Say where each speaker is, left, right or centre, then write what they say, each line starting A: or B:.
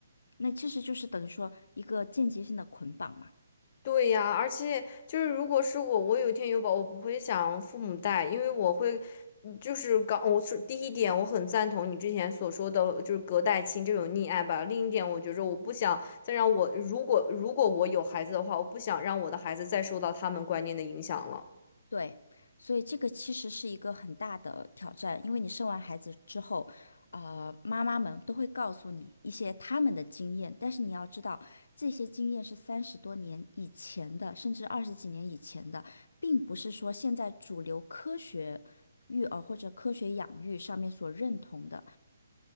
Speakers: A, on the left; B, on the left.
A: 那其实就是等于说一个间接性的捆绑嘛。
B: 对呀，而且就是如果是我，我有一天有宝，我不会想父母带，因为我会，嗯就是刚我是第一点，我很赞同你之前所说的，就是隔代亲这种溺爱吧。另一点，我觉着我不想再让我，如果如果我有孩子的话，我不想让我的孩子再受到他们观念的影响了。
A: 对，所以这个其实是一个很大的挑战，因为你生完孩子之后，呃，妈妈们都会告诉你一些他们的经验，但是你要知道，这些经验是三十多年以前的，甚至二十几年以前的，并不是说现在主流科学育儿或者科学养育上面所认同的，